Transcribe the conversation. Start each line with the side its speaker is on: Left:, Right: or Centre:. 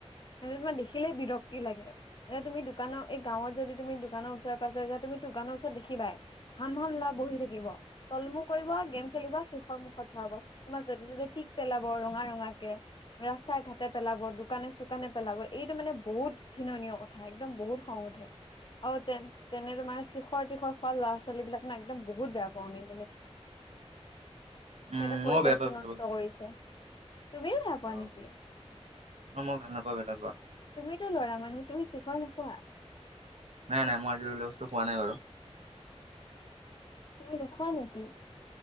Left: মানে তোমাৰ দেখিলে বিৰক্তি লাগে। এই তুমি দোকানৰ এই গাঁৱত যদি তুমি দোকানৰ ওচৰে-পাজৰে যা তুমি দোকানৰ ওচৰত দেখিবাই। হাম হাম ল'ৰা বহি থাকিব। তলমু কৰিব, গেম খেলিব, শিখৰ মুখত ভৰাব। তোমাৰ য'তে-ত'তে‌ পিক পেলাব ৰঙা ৰঙা কে, ৰাস্তা-ঘাটে পেলাব, দোকানে-চুকানে পেলাব, এইটো মানে বহুত ঘিননীয় কথা একদম বহুত খং উঠে। অ তেন তেনে তোমাৰ শিখৰ-তীখৰ খোৱা ল'ৰা ছোৱালী বিলাক মে একদম বহুত বেয়া পাওঁ আমি মানে
Right: <inaudible> উম
Left: সিহঁতে পৰিৱেশটো
Right: মইও বেয়া পাই পেলাব
Left: নষ্ট কৰিছে। তুমি সেনেকুৱা
Right: অ',
Left: নেকি?
Right: অ মই ভাল নাপাওঁ <unintelligible>
Left: তুমিতো ল'ৰা মানুহ তুমি শিখৰ নোখোৱা।
Right: নাই নাই মই আজি লৈ সেইবিলাক বস্তু খোৱা নাই বাৰু।
Left: তুমি নোখোৱা নেকি।